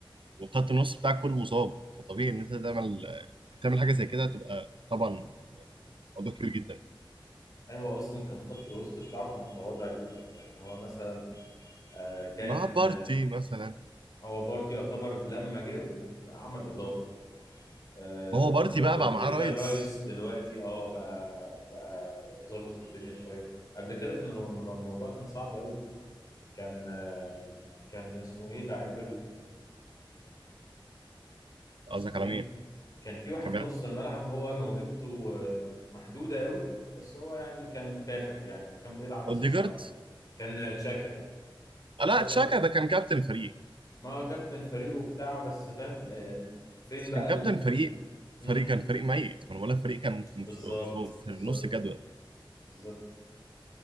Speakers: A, on the right (about 70°); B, on the left (about 40°).
A: وخط النص بتاعك كله مصاب فطبيعي ان انت تعمل تعمل حاجه زي كده هتبقى طبعا موضوع كبير جدا
B: أي هو أصلا كان خط الوسط بتاعه كان متواضع جدا يعني هو مثلا آه كان
A: مع بارتي
B: آه،
A: مثلا
B: هو برضه يعتبر لما جابه عمل إضافة آه
A: ما هو بارتي بقى بقى
B: ديكلان
A: معاه رايس
B: رايس دلوقتي اه بقى بقى ظابط الدنيا شوية قبل كده كان الم- الموضوع كان صعب أوي كان آه كان اسمه إيه اللعيب
A: قصدك
B: اسمه
A: على
B: ايه
A: مين
B: كان في واحد
A: كمان
B: في نص الملعب هو موهبته آه، محدودة قوي بس هو يعني كان مكافح يعني فكان بيلعب اساسي
A: اوديجارد
B: على طول كان آه، تشاكا
A: آه، لا
B: تشاكا
A: تشاكا ده كان كابتن الفريق
B: ما هو كابتن فريقه بتاع بس فاهم آه، فين
A: بس
B: بقى
A: كان كابتن
B: ال... ال...
A: فريق
B: مم،
A: فريق كان فريق ميت ما انا بقول لك فريق كان ممكن
B: بالظبط
A: في, في,
B: بالظبط
A: في نص الجدول
B: بالظبط